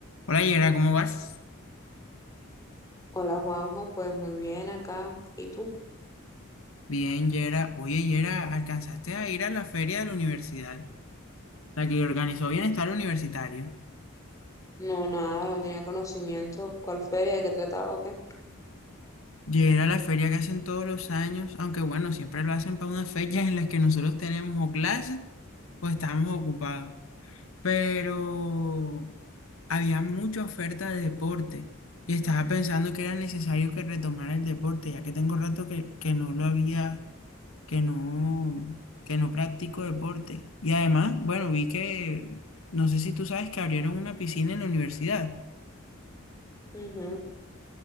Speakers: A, on the left (about 75°); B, on the left (about 15°).
A: Hola Yera, ¿cómo vas?
B: Hola Juanjo, pues muy bien acá. ¿Y tú?
A: Bien, Yera. Oye, Yera, ¿alcanzaste a ir a la feria de la universidad? La que organizó Bienestar Universitario.
B: No, nada, no tenía conocimiento. ¿Cuál feria? ¿De qué trataba o qué?
A: Yera, la feria que hacen todos los años, aunque bueno, siempre lo hacen para unas fechas en las que nosotros tenemos o clases o estamos ocupados. Pero había mucha oferta de deporte y estaba pensando que era necesario que retomara el deporte, ya que tengo rato que, que no lo había. que no, que no practico deporte. Y además, bueno, vi que, no sé si tú sabes que abrieron una piscina en la universidad.
B: Ujú.